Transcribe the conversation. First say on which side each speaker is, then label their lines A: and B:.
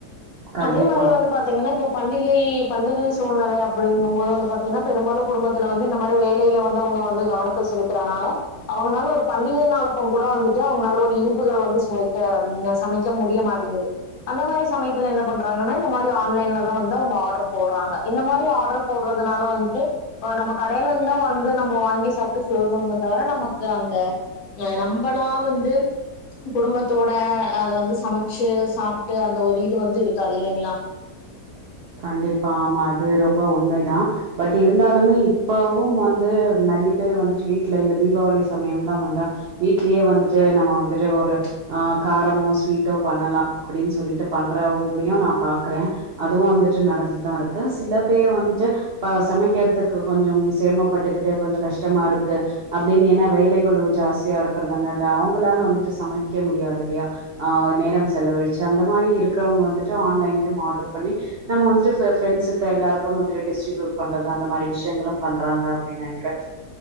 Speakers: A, on the right; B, on the left.
A: கண்டிப்பா
B: அதே மாரி வந்து பாத்தீங்கனா இப்ப பண்டிகை பண்டிகை சூழ்நிலை அப் டிங்கும்போது வந்து பாத்தீங்கனா பெரும்பாலு குடும்பத்துல வந்து இந்த மாரி வேலையில வந்து அவுங்க வந்து கவனத்த செலுத்துறனால அவுங்கனால ஒரு பண்டிகை நாளப்பங் கூட வந்துட்டு அவுங்கனால ஒரு இனிப்புகள் வந்து சுமைக்க ம் அ சமை க்க முடிய மாட்டிங்கிது அந்த மாரி சமயத்துல என்ன பண்றாங்கனா இந்த மாரி ஆன்லைன்ல தா வந்து அவுங்க ஆட்ரு போட்றாங்க இந்த மாரி ஆட் ரு போட்றதுனால வந்ட்டு இப்ப நம்ம கடையிலருந்தா வந்து நம்ப வாங்கி சாப்ட்டு சொல்வோமே தவர நமக்கு அந்த ஏ நம்பளா வந்து குடும்பத்தோட அத வந்து சமைச்சு சாப்ட்டு அந்த ஒரு இது வந்து இருக்காது இல்லைங்களா
A: கண்டிப்பா ஆமா அது ரொம்ப உண்மை தா பட் இருந்தாலுமே இப்பவும் வந்து நெறைய பேரு வந்துட்டு வீட்ல இந்த தீபாவளி சமயம்லா வந்தா வீட்லயே வந்துட்டு நம்ம வந்துட்டு ஒரு ஆ காரமோ ஸ்வீட்டோ பண்ணலா அப்டின் சொல்லிட்டு பண்றவங்களையு நா பாக்குறே அதுவு வந்துட்டு நடந்துட்டு தா இருக்கு சில பேரு வந்துட்டு இப்ப சமைக்கிறதுக்கு கொஞ்சம் சிரமப்பட்டுக்கிட்டு கொஞ்ச கஷ்டமா இருக்கு அப்டின்னு என்ன வேலைகளு ஜாஸ்தியா இருக்கிறதுனால அவங்களாலும் வந்துட்டு சமைக்க முடியாது இல்லையா ஆ நேரம் செலவழிச்சு அந்த மாரி இருக்கிறவங்க வந்துட்டு ஆன்லைன்லயும் ஆர்டர் பண்ணி நம்ம வந்துட்டு ப்ரெண்ட்ஸ்க்கு எல்லாருக்கும் வந்து டிஸ்டரிபியூட் பண்றது அந்த மாதிரி விஷயங்களும் பண்றாங்க நினைக்கிறேன்